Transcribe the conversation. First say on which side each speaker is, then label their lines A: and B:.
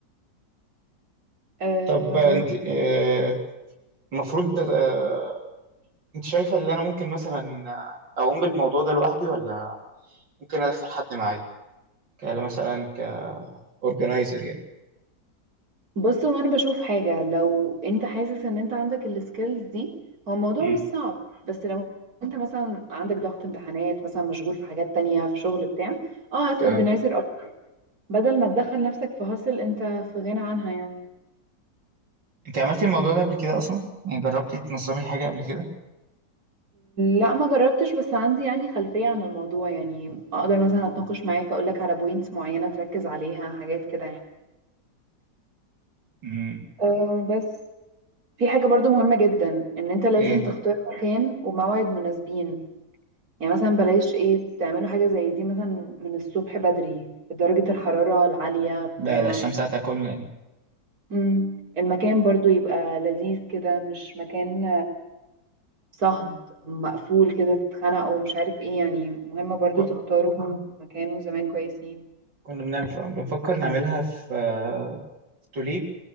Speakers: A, on the right; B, on the right.
A: أم،
B: طب انت آه، المفروض آه، انت شايفه اللي انا ممكن مثلا اقوم بالموضوع ده لوحدي ولا ممكن ادخل حد معايا كلا مثلا كاورجنايزر يعني
A: بص هو انا بشوف حاجة لو انت حاسس ان انت عندك السكيلز دي هو الموضوع
B: امم
A: مش صعب بس لو انت مثلا عندك ضغط امتحانات مثلا مشغول في حاجات تانية في شغل بتاع اه هات
B: اه
A: اورجنايزر اكتر بدل ما تدخل نفسك في هاسل انت في غنى عنها يعني
B: انت عملتي الموضوع ده قبل كده اصلا يعني جربتي تنظمي حاجه قبل كده
A: لا ما جربتش بس عندي يعني خلفية عن الموضوع يعني اقدر مثلا اتناقش معاك اقولك على بوينتس معينة تركز عليها حاجات كده يعني
B: امم
A: أه بس في حاجة برضو مهمة جدا ان انت لازم
B: ايه
A: تختار مكان وموعد مناسبين يعني مثلا بلاش ايه تعملوا حاجة زي دي مثلا من الصبح بدري في درجة الحرارة العالية بتاع
B: لا ده الشمس هتاكلنا دي
A: مم. المكان برضو يبقى لذيذ كده مش مكان صهد مقفول كده تتخنقوا ومش عارف ايه يعني مهم برضو
B: ك-
A: تختاروا مكان وزمان كويسين
B: كنا بنعمل بنفكر نعملها في آه، في توليب